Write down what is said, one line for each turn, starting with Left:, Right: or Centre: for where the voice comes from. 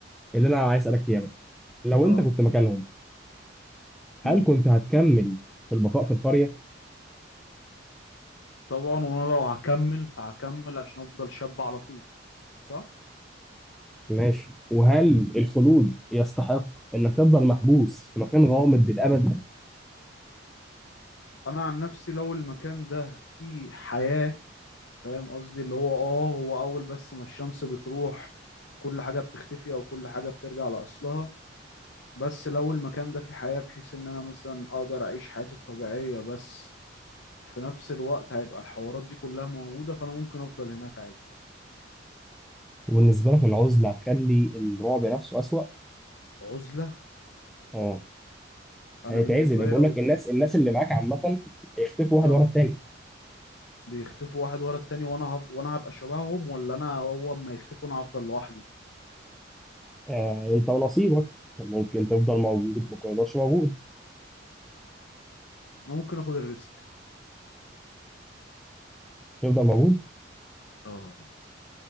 Centre: اللي انا عايز اسالك فيها بقى لو
Left: اه
Centre: انت كنت مكانهم هل
Left: امم
Centre: كنت هتكمل في البقاء في القريه
Left: طبعا وانا لو هكمل فهكمل عشان افضل شاب على طول صح
Centre: ماشي وهل الخلود يستحق انك تفضل محبوس في مكان غامض للابد
Left: انا عن نفسي لو المكان ده فيه حياه فاهم قصدي اللي هو اه هو اول بس ما الشمس بتروح كل حاجه بتختفي او كل حاجه بترجع لاصلها بس لو المكان ده فيه حياة بحيث ان انا مثلا اقدر اعيش حياتي الطبيعية بس في نفس الوقت هيبقى الحوارات دي كلها موجودة فانا ممكن افضل هناك عادي
Centre: وبالنسبه لك العزله هتخلي الرعب نفسه اسوأ
Left: عزلة
Centre: اه
Left: انا
Centre: هيتعزل
Left: بالنسبة لي
Centre: بيقول
Left: لو
Centre: لك الناس الناس اللي معاك عامه هيختفوا واحد
Left: اه
Centre: ورا التاني
Left: بيختفوا واحد ورا التاني وانا هف... وانا هبقى شبههم ولا انا هو اما يختفوا انا هفضل لوحدي
Centre: آه، انت ونصيبك ممكن تفضل موجود ممكن ما يقدرش موجود
Left: انا ممكن اخد الريسك
Centre: تفضل موجود
Left: اه